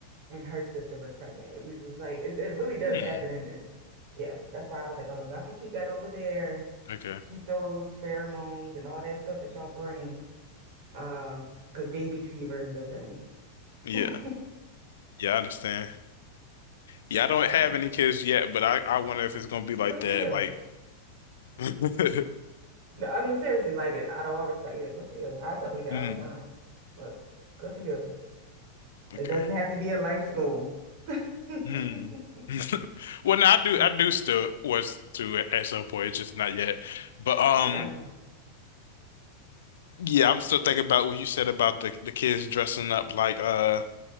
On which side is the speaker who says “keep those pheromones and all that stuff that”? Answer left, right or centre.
Right